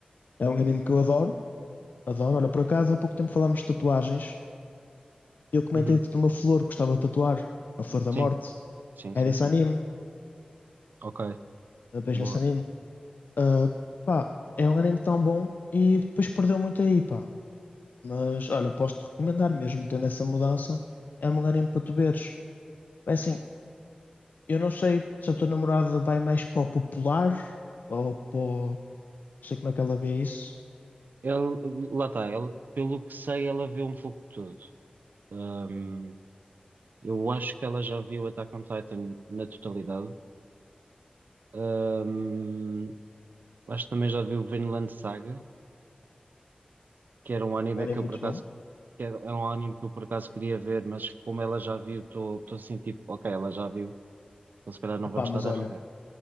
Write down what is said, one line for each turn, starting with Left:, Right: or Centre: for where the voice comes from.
Left: É um anime que eu adoro. Adoro. Olha, por acaso há pouco tempo falámos de tatuagens. Eu comentei-te
Right: Uhum.
Left: de uma flor que gostava de tatuar, a Flor da
Right: Sim,
Left: Morte.
Right: sim,
Left: É
Right: sim,
Left: desse
Right: sim.
Left: anime,
Right: Ok,
Left: eu vejo
Right: boa.
Left: nesse anime. Ah, pá, é um anime tão bom e depois perdeu muito aí, pá. Mas olha, posso-te recomendar mesmo, tendo essa mudança, é um anime para tu veres. É assim, eu não sei se a tua namorada vai mais para o popular ou para. o- Não sei como é que ela vê isso.
Right: Ele, lá está, ele, pelo que sei, ela viu um pouco de tudo. Ahm, eu acho que ela já viu Attack on Titan na totalidade. Ahm, acho que também já vi o Vinland Saga, que era um anime
Left: Um anime
Right: que eu
Left: é muito
Right: por acaso
Left: bom.
Right: que era era um anime que eu por acaso queria ver, mas como ela já viu, estou assim tipo, ok, ela já viu, então se calhar não
Left: Opá,
Right: vamos
Left: mas
Right: estar
Left: olha,
Right: a rever.